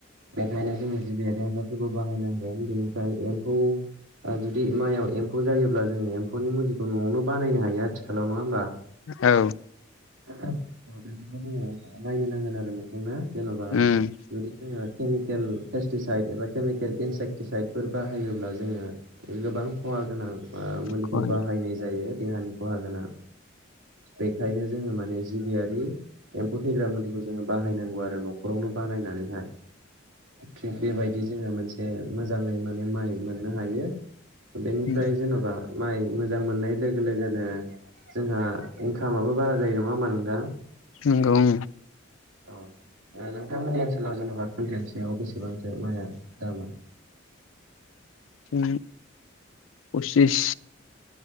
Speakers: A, on the right; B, on the left.
A: बेखायनो जोङो जिबियारि आबादफोरखौ बाहायनांगोन बेनिफ्राय एम्फौ जुदि माइयाव एम्फौ जायोब्ला जोङो एम्फौनि मुलि बानायनो हायो आथिखालाव नङा होमबा
B: औ
A: औ बेफोरखौ जोङो नायनो नांगोन आरो नोंथां ना जेन'बा
B: उम
A: जुदि जोङो केमिकेल पेस्टिसाइद एबा केमिकेल इनसेकटिसाइदफोर बाहायोब्ला जोङो गोबां खहा गोनां मुलिखौ
B: खहाय
A: बाहायनाय जायो देहानि खहा गोनां बेखायनो जोङो माने जिबियारि एम्फौ थैग्रा मुलिखौ जोङो बाहायनांगौ आरो न'खरावनो बानायनानैहाय थिग बेबायदि जोङो मोनसे मोजाङै माने माइ मोननो हायो बेनिफ्राय
B: उम
A: जेन'बा माइ मोजां मोननाय लोगो लोगोनो जोंहा इनकामाबो बारा जायो नङा होमबा नोंथां
B: नंगौ औ
A: औ नोंथांमोननि ओनसोलाव जेन'बा कुन्टेनसेयाव बेसेबांसो माया दामा
B: उ पसिस